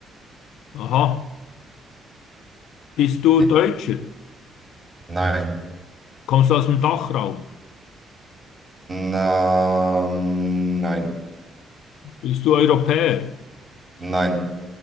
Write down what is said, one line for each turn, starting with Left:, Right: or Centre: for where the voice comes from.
Left: Aha. Bist du
Right: Den-
Left: Deutscher?
Right: Nein.
Left: Kommst du aus dem Dachraum?
Right: Na, nein.
Left: Bist du Europäer?
Right: Nein.